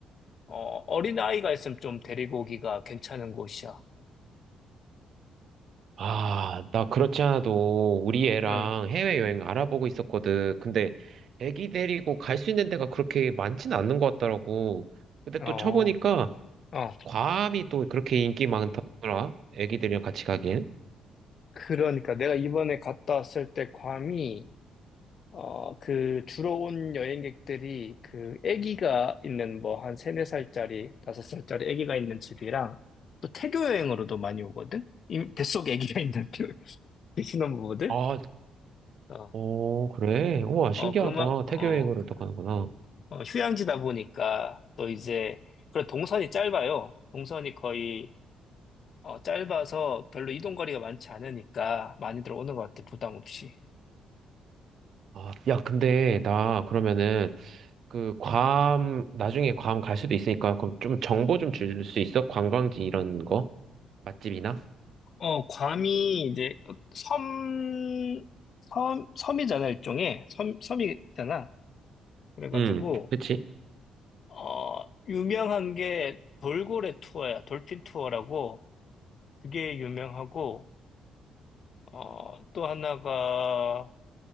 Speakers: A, on the left; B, on the right.
A: 어, 어린아이가 있으면 좀 데리고 오기가 괜찮은 곳이야.
B: 아, 나 그렇지 않아도 우리 애랑
A: 응.
B: 해외여행 알아보고 있었거든. 근데 애기 데리고 갈 수 있는 데가 그렇게 많진 않는 것 같더라고. 근데
A: 어,
B: 또 쳐보니까
A: 어.
B: 괌이 또 그렇게 인기 많더라. 애기들이랑 같이 가기엔.
A: 그러니까 내가 이번에 갔다 왔을 때 괌이, 어, 그 주로 온 여행객들이 그 아기가 있는 뭐 한 세네 살짜리, 다섯 살짜리 아기가 있는 집이랑 또 태교 여행으로도 많이 오거든? 이 뱃속에 아기가 있는 <laughs> 그 신혼부부들?
B: 아,
A: 어,
B: 어, 그래. 우와, 신기하다.
A: 어, 그 막, 어,
B: 태교 여행으로
A: 그-
B: 또 가는구나.
A: 어, 휴양지다 보니까 또 이제, 그래, 동선이 짧아요. 동선이 거의, 어, 짧아서 별로 이동 거리가 많지 않으니까 많이들 오는 것 같아, 부담 없이.
B: 아, 야, 근데 나 그러면은 그 괌, 나중에 괌 갈 수도 있으니까 그럼 좀 정보 좀 줄 수 있어? 관광지 이런 거? 맛집이나?
A: 어, 괌이 이제 섬, 섬, 섬이잖아, 일종의. 섬, 섬이잖아. 그래가지고,
B: 응, 그치?
A: 어, 유명한 게 돌고래 투어야. 돌핀 투어라고. 그게 유명하고, 어, 또 하나가,